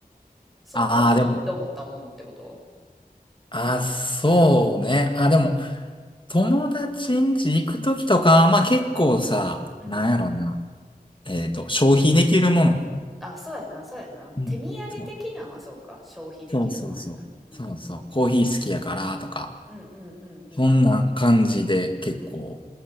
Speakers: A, in the centre; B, on the left (about 30°).
A: その時いいと思ったものってこと
B: ああ、でも、あー、そうね。あー、でも、友達ん家行くときとか、まあ結構さ、
A: うん。
B: なんやろな。えっと、消費できるもの
A: あ、そうやな、そうやな。
B: うん。
A: 手土産的なんはそうか。
B: そう
A: 消費できるもんやな。
B: そうそうそう。
A: うん。
B: そうそう。コーヒー好きやからとか、
A: うんうんうんうん
B: そんな感じで結構
A: うん